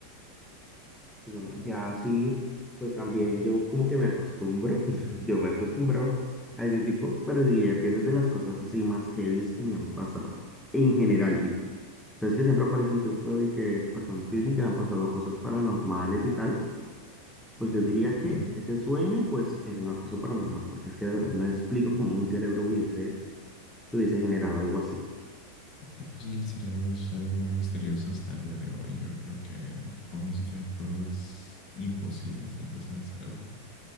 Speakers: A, in the centre; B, on the left.
A: y bueno, ya así, pues también yo como que me acostumbro, <laughs> yo me acostumbro a ese tipo, pero diría que eso es de las cosas así más heavies que me han pasado. En general, tipo, sabes que siempre aparecen en tu cueva y que personas que dicen que le han pasado cosas paranormales y tal.
B: Ujú.
A: Pues yo diría que
B: ¿Y ¿No?
A: ese sueño, pues, es una cosa paranormal, porque es que de verdad no explico cómo un cerebro hubiese, se hubiese generado algo así.
B: Pues el cerebro es algo muy misterioso hasta el día de hoy. Yo creo que podemos crear cosas imposibles incluso en el cerebro,